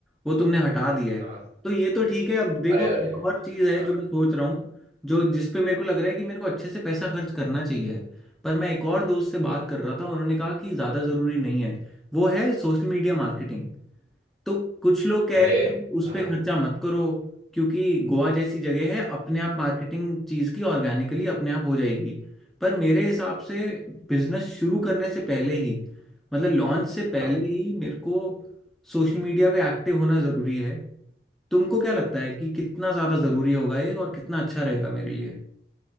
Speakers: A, in the centre; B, on the right.
A: वो तुमने हटा दिया है
B: हाँ
A: तो ये तो ठीक है अब देखो
B: अरे अरे
A: एक और चीज़ है
B: हाँ
A: जो मैं सोच रहा हूँ जो जिस पे मेरे को लग रहा है कि मेरे को अच्छे से पैसा खर्च करना चाहिए पर मैं एक और दोस्त से बात कर रहा था उन्होंने कहा कि ज़्यादा ज़रूरी नहीं है वो है सोशल मीडिया मार्केटिंग तो कुछ लोग कह
B: अरे
A: रहे हैं कि उस
B: हाँ
A: पर खर्चा मत करो क्योंकि गोवा जैसी जगह है अपने आप मार्केटिंग चीज़ की ऑर्गेनिकली अपने आप हो जाएगी पर मेरे हिसाब से बिजनेस शुरू करने से पहले ही मतलब लॉन्च से पहले
B: हाँ
A: ही मेरे को सोशल मीडिया पे एक्टिव होना ज़रूरी है तुमको क्या लगता है कि कितना ज़्यादा ज़रूरी होगा ये और कितना अच्छा रहेगा मेरे लिए